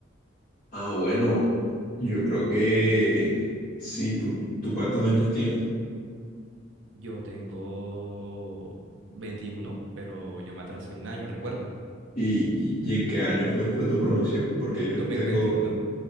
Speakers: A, on the left; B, on the right.
A: Ah, bueno, yo creo que sí, tú, ¿tú cuántos años tienes?
B: Yo tengo 21, pero yo me atrasé un año, recuerda,
A: ¿Y, y en qué año fue, fue tu promoción? Porque yo
B: dos mil
A: tengo
B: veintiuno.